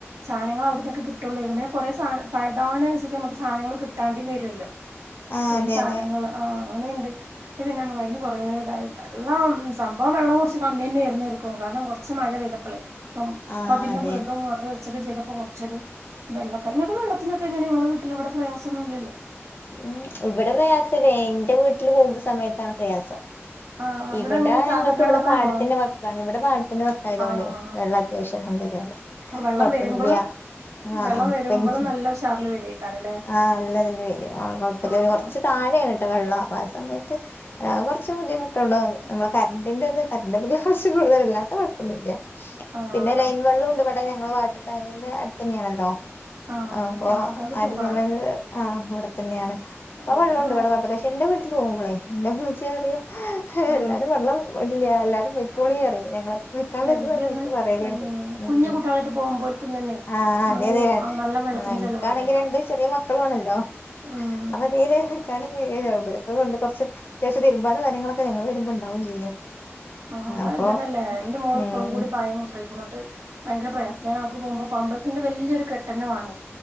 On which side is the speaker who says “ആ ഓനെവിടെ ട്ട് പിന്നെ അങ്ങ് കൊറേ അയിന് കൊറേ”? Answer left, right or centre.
Right